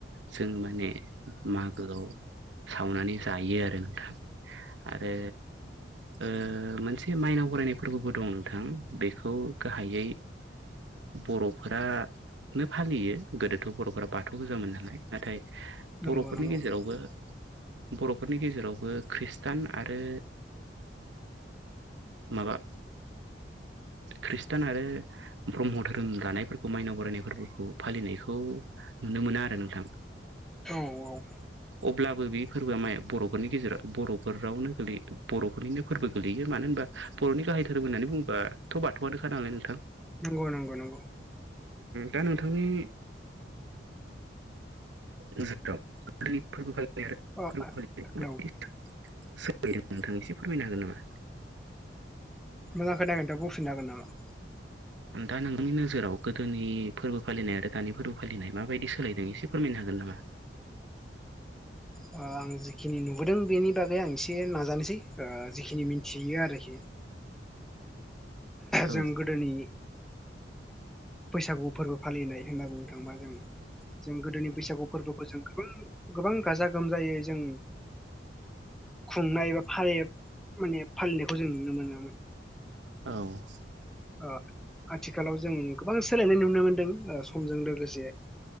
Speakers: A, on the right; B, in the centre.
A: जोङो माने मागोआव सावनानै जायो आरो नोंथां आरो ओ मोनसे माइनाव बरायनाय फोरबोबो दं नोंथां बेखौ गाहायै बर'फोरानो फालियो गोदोथ' बर'फोरा बाथौ गोजामोन नालाय नाथाय
B: नंगौ
A: बर'फोरनि
B: औ नंगौ नंगौ
A: गेजेरावबो बर'फोरनि गेजेरावबो खृष्टान आरो माबा ख्रिस्टान आरो ब्रह्म धोरोम लानायफोरखौ माइनाव बरायनाय फोरबोखौ फालिनायखौ नुनो मोनो आरो नोंथां।
B: औ औ।
A: अब्लाबो बे फोरबोआ माया बर'फोरनि गेजेराव बर'फोरावनो गोलैयो बर'फोरनिनो फोरबो गोलैयो मानो होनबा बर'नि गाहाय धोरोम होननानै बुङोबाथ' बाथौआनोखा नाललाय नोंथां।
B: नंगौ नंगौ नंगौ।
A: दा नोंथांनि <unintelligible> <unintelligible> नोंथां
B: अ हेलौ
A: एसे फोरमायनो हागोन नामा?
B: मोजां खोनायाखै नोंथां बुंफिननो हागोन नामा
A: नोंथाङा नोंथनि नोजोराव गोदोनि फोरबो फालिनाय आरो दानि फोरबो फालिनाय माबायदि सोलायदों एसे फोरमायनो हागोन नामा?
B: ओ आं जिखिनि नुबोदों बेनि बागै आं एसे नाजानोसै ओ जिखिनि मिनथियो आरोखि जों
A: औ
B: गोदोनि बैसागु फोरबो फालिनाय होनना बुंनो थाङोबा जों जों गोदोनि बैसागु फोरबोखौ जों गोबां गोबां गाजा गोमजायै जों खुंनाय बा फालियो माने फालिनायखौ जों नुनो मोनोमोन
A: औ
B: ओ आथिखालाव जों गोबां सोलायनाय नुनो मोनदों ओ समजों लोगोसे